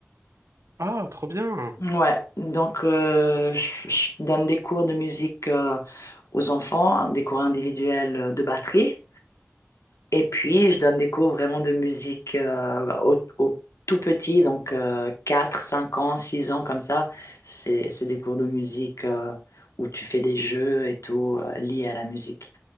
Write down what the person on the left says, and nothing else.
Ouais, donc euh, je, je donne des cours de musique euh, aux enfants, hein, des cours individuels euh, de batterie. Et puis, je donne des cours vraiment de musique euh, au, au tout petit, donc euh, 4, 5 ans, 6 ans, comme ça. C'est, c'est des cours de musique euh, où tu fais des jeux et tout euh, liés à la musique.